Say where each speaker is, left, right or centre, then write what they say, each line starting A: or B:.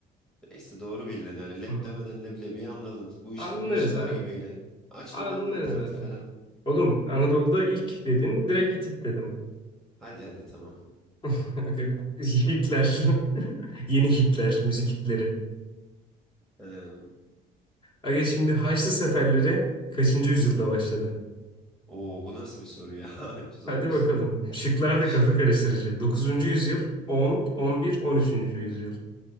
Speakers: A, in the centre; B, on the left (about 30°).
A: Neyse doğru bildin. Yani lep
B: Hı.
A: demeden leblebiyi anladın. Bu işte
B: Anlarız
A: bir iş var
B: abi.
A: gibi. gel- Açma
B: Anlarız
A: interneti
B: abi.
A: falan.
B: Oğlum Anadolu'da ilk dedin. Direkt Hitit dedim.
A: Hadi hadi tamam.
B: <laughs> Hitler. <laughs> Yeni Hitler. Müzik Hitleri.
A: Ee,
B: Aga şimdi Haçlı seferleri kaçıncı yüzyılda başladı?
A: oo bu nasıl bir soru ya? <laughs> Zor
B: Hadi
A: bir
B: bakalım.
A: soru.
B: Şıklar da
A: Şıklı.
B: kafa karıştırıcı. Dokuzuncu yüzyıl, on, on bir, on üçüncü yüzyıl.